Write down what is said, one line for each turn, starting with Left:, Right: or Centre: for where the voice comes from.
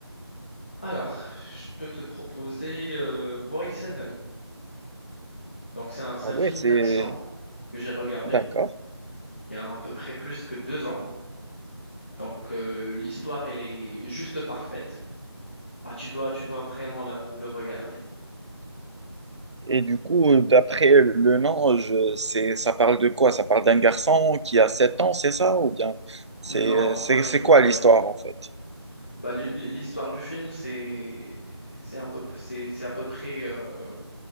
Left: Alors, je peux te proposer euh, Boy Seven. Donc, c'est un, c'est
Right: Ah
Left: un
Right: ouais,
Left: film
Right: c'est...
Left: d'action que j'ai regardé
Right: D'accord.
Left: il y a à peu près plus que deux ans. Donc, euh, l'histoire, elle est juste parfaite. Bah, tu dois, tu dois vraiment la- le regarder.
Right: Et du coup, d'après le nom, je, c'est, ça parle de quoi? Ça parle d'un garçon qui a sept ans, c'est ça? Ou bien c'est,
Left: Non,
Right: c'est,
Left: pas du
Right: c'est
Left: tout,
Right: quoi
Left: pas
Right: l'histoire
Left: du tout.
Right: en fait?
Left: Bah, l'hi- l'histoire du film, c'est c'est un peu c'est c'est à peu près euh,